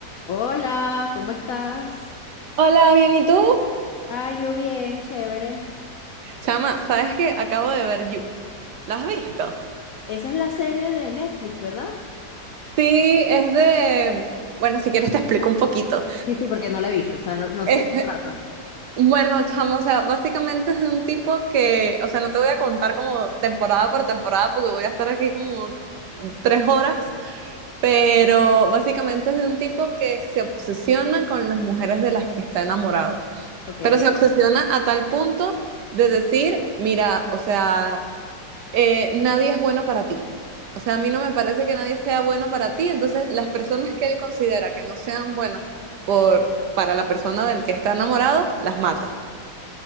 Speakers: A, on the left; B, on the right.
A: Hola, ¿cómo estás?
B: Hola, bien, ¿y tú?
A: Ah, yo bien, chévere.
B: Chama, ¿sabes qué? Acabo de ver You. ¿La has visto?
A: Esa es la serie de Netflix, ¿verdad?
B: Sí, es de... Bueno, si quieres te explico un poquito.
A: Sí, sí, porque no la he visto, o sea, no, no sé
B: eh,
A: de qué trata.
B: bueno, chamo, o sea, básicamente es de un tipo que, o sea, no te voy a contar como temporada por temporada porque voy a estar aquí como tres horas, pero básicamente es de un tipo que se obsesiona con las mujeres de las que está enamorado,
A: Ok.
B: pero se obsesiona a tal punto de decir, mira, o sea... eh, nadie es bueno para ti. O sea, a mí no me parece que nadie sea bueno para ti. Entonces, las personas que él considera que no sean buenas por, para la persona del que está enamorado, las mata.